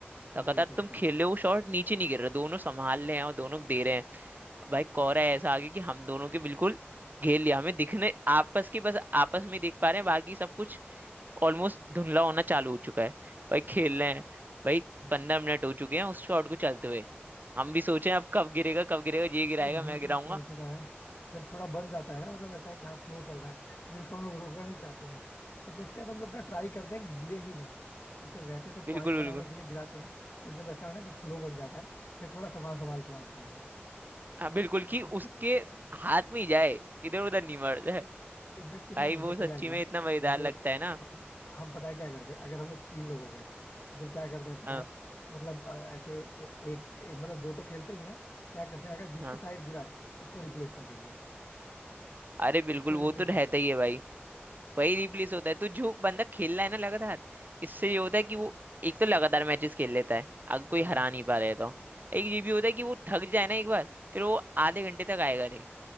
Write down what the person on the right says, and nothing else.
लगातार
तुम खेल
रहे हो शॉट नीचे नहीं गिर रहा दोनों संभाल रहे हैं और दोनों दे रहे हैं भाई कोहरा ऐसा आ गया कि हम दोनों के बिल्कुल घेर लिया हमें दिखने आपस की बस आपस में ही देख पा रहे हैं बाकी सब कुछ ऑलमोस्ट धुंधला होना चालू हो चुका है भाई खेल रहे हैं भाई
पंद्रह मिनट हो चुके हैं उस शॉट को चलते हुए हम भी सोचे अब कब गिरेगा कब गिरेगा ये गिराएगा
मैं
गिराऊंगा
बिल्कुल
बिल्कुल
हाँ बिल्कुल कि उसके
हाथ में ही जाए इधर उधर नहीं मर जाए
भाई वो
सच्ची
में इतना मजेदार
लगता है ना
हाँ
हाँ
अरे बिल्कुल
वो
तो रहता
ही है भाई वही रिप्लेस होता है तो जो बंदा खेल रहा है ना लगातार इससे ये होता है कि वो एक तो लगातार मैचेस खेल लेता है अगर
कोई हरा नहीं पा रहे है तो एक ये भी होता है कि वो थक जाए ना एक बार फिर वो आधे घंटे तक आएगा नहीं